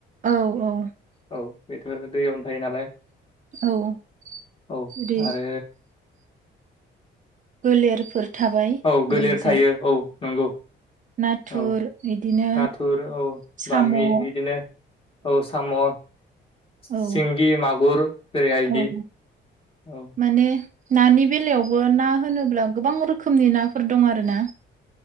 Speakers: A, on the right; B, on the left.
A: औ औ
B: औ बेथ' दैयावनो थायो नालाय।
A: औ
B: औ
A: जुदि
B: आरो
A: गोलेरफोर थाबाय
B: औ
A: ओरैजाय
B: गोलेर थायो। औ नंगौ।
A: नाथुर
B: औ
A: इदिनो
B: नाथुर औ
A: साम'
B: बामि
A: औ
B: बिदिनो औ साम',
A: औ
B: सिंगि, मागुर जरै हायदि
A: औ
B: औ
A: माने नानि बेलायावबो ना होनोब्ला गोबां रोखोमनि नाफोर दं आरो ना।